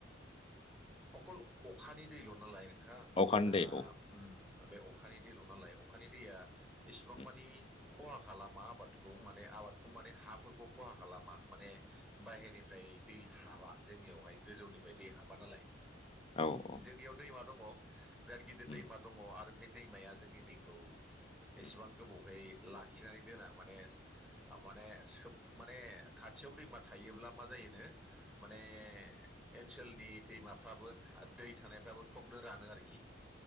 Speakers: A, in the centre; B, on the left.
A: अखल अखानि दै ल'नालाय थां
B: अखान्दै
A: दाउ
B: औ
A: बे अखानि दैल' नालाय अखानि दैया इसेबां
B: उम
A: मानि खहा खालामा आबादखौ माने आबादखौ माने हाफोरखौ खहा खालामा माने बाहेरनिफ्राय दै हाबा जोंनियावहाय गोजौनिफ्राय दै हाबा नालाय। जोंनियाव
B: औ औ
A: दैमा दङ बिराद गिदिर
B: उम
A: दैमा दङ आरो बे दैमाया जोंनि दैखौ
B: उम
A: एसेबां गोबावहै लाखिनानै दोना माने माने सोब माने खाथियाव दैमा थायोब्ला मा जायो एवनो माने ओनसोलनि दैमा फ्राबो दै थानायफ्राबो थबनो रानो आरोखि